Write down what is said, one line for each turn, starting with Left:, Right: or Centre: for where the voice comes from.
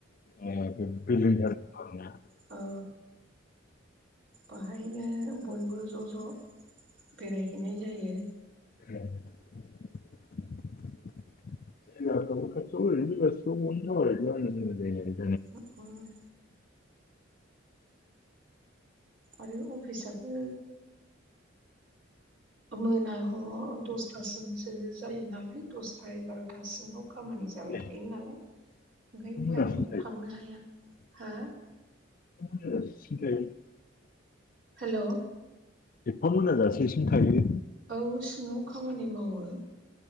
Left: ए <unintelligible>
Right: औ बाहायनो बयबो ज' ज' बेरायहैनाय जायो
Left: ए <unintelligible>
Right: उम आरो अफिसाबो मोना ह दसथासिमसो जायो नालाय दसथा एगार'था सिमाव खामानि जाबाय
Left: एफा
Right: थायो नालाय ओंखायनो
Left: मोनासिम थायो
Right: फांनो हाया हो
Left: <unintelligible>
Right: हेलौ
Left: एफा मोनाजासेसिम थायो
Right: औ सिङाव खामानि मावो